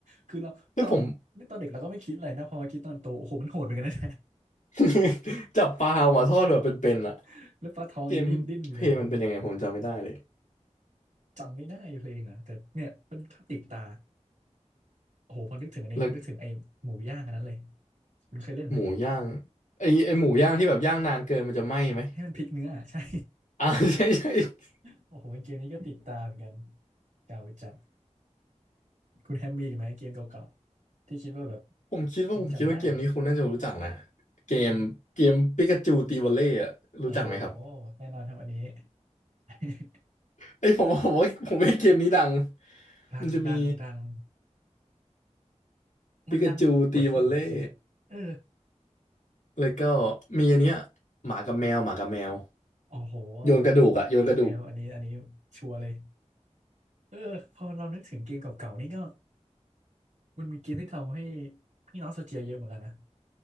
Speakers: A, on the right; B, on the left.
A: คือเราตอนเล่นตอนเด็กเราก็ไม่คิดอะไรนะพอมาคิดตอนโตโอ้โหมันโหดเหมือนกันนะ
B: เฮ้ยผม <laughs> จับปลาออกมาทอดแบบเป็นๆอะ
A: <laughs> แล้วปลาทองยังดิ้นดิ้นอยู่เลยอ๋อ
B: เกมเพลย์มันเป็นยังไงผมจำไม่ได้เลย
A: จำไม่ได้เพลงอ่ะแต่เนี่ยเป็นภาพติดตาโอ้โหพอนึกถึงอันนี้แล้วนึกถึงไอ้หมูย่างอันนั้นเลย
B: แล้ว
A: คุณเคยเล่นไหม
B: หมูย่างไอไอหมูย่างที่แบบย่างนานเกินมันจะไหม้ไหม
A: ให้มันพลิกเนื้ออะ <laughs> ใช่
B: อ่า <laughs> ใช่ใช่ <laughs>
A: โอ้โหเกมนี้ก็ติดตามเหมือนกันเก่าจัดคุณแฮมมีอีกไหมเกมเก่าๆที่คิดว่าแบบ
B: ผมคิดว่าผมคิดว่าเกมนี้คุณน่าจะรู้จักนะ
A: ยังจำได้อะ
B: เกมเกมปิกาจูตีวอลเล่อะรู้จักไหมครับ
A: อือฮึโอ้โหแน่นอนครับอันนี้ <laughs>
B: ไอยผมว่าผมว่าผมว่าเกมนี้ดัง
A: ดังดังดัง
B: มันจะมี
A: มันดังกว่าที่ผมคิดอะเออ
B: ปิกาจูตีวอลเล่แล้วก็มีอันเนี้ยหมากับแมวหมากับแมว
A: โอ้โห
B: โยนกระดูกอะโยนกระดูก
A: โอเคครับอันนี้อันนี้ชัวร์เลยเออพอเรานึกถึงเกมเก่าๆนี่ก็มันมีเกมที่ทำให้ให้น้องโซเจียเยอะเหมือนกันนะ